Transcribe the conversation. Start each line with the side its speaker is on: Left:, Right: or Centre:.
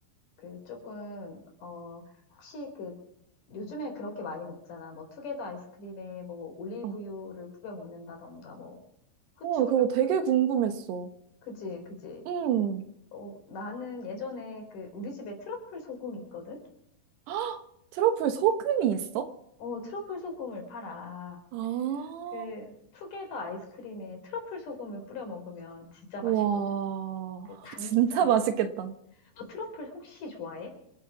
Left: 그 조금 어 혹시 그 요즘에 그렇게 많이 먹잖아. 뭐 투게더 아이스크림에 뭐 올리브유를
Right: 어.
Left: 뿌려 먹는다던가 뭐 후추를
Right: 와, 그거
Left: 뿌려
Right: 되게 궁금했어.
Left: 그지 그지.
Right: 음,
Left: 어 나는 예전에 그 우리 집에 트러플 소금이 있거든.
Right: <gasps> 트러플 소금이 있어?
Left: 어 트러플 소금을 팔아.
Right: 아,
Left: 그 투게더 아이스크림에 트러플 소금을 뿌려 먹으면 진짜 맛있거든.
Right: 와,
Left: 그 단짠.
Right: <laughs> 진짜 맛있겠다.
Left: 너 트러플 혹시 좋아해?